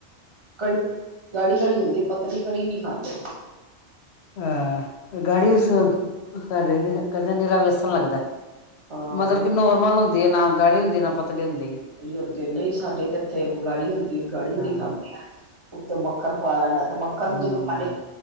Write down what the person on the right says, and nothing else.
ਕੜੀ ਗਾੜੀ-ਗਾੜੀ ਹੁੰਦੀ। ਏ, ਪਤਲੀ ਕੜੀ ਨਹੀ ਖਾਂਦੇ।
ਹਾਂ।
ਲੀ ਹੁੰਦੀ ਨਹੀਂ ਸਾਡੇ ਤੇ, ਏਥੇ ਗਾੜੀ ਹੁੰਦੀ ਗਾੜੀ- ਗੜੀ
ਖਾਂਦੇ ਆ। ਉੱਤੇ ਮੱਖਣ ਪਾ ਲੈਣਾ, ਤੇ ਮੱਖਣ
ਜਦੋਂ ਪਾ